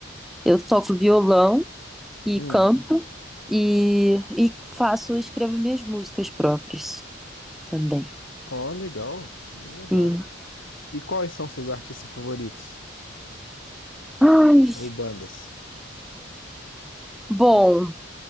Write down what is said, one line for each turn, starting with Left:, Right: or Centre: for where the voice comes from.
Centre: eu toco violão e
Left: Hum,
Centre: canto e, e faço, escrevo minhas músicas próprias. também.
Left: ó, legal, bem legal.
Centre: Sim.
Left: E quais são seus artistas favoritos?
Centre: Ai.
Left: Ou bandas?
Centre: Bom,